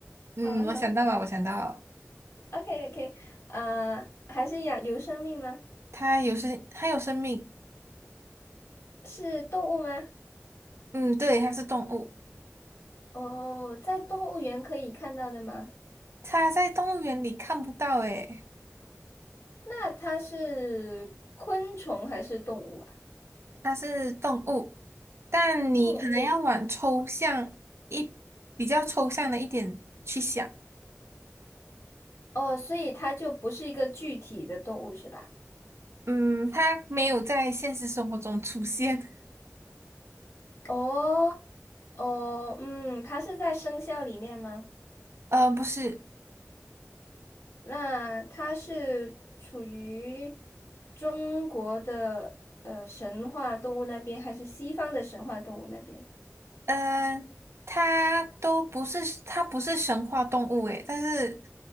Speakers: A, on the right; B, on the left.
A: 嗯，
B: 好好
A: 我想到了，我想到了
B: ，OK OK，呃，还是一样，有生命吗？
A: 它有生，它有生命。
B: 是动物吗？
A: 嗯，对，它是动物。
B: 哦，在动物园可以看到的吗？
A: 它在动物园里看不到，诶。
B: 那它是昆虫还是动物啊？
A: 它是动物，但你可能要往抽象一比较抽象的一点去想。
B: 动物，哦，所以它就不是一个具体的动物是吧？
A: 嗯，它没有在现实生活中出现。
B: 哦哦，嗯，它是在生肖里面吗？
A: 呃，不是，
B: 那它是处于中国的呃神话动物那边，还是西方的神话动物那边？
A: 呃，它都不是，它不是神话动物诶。但是，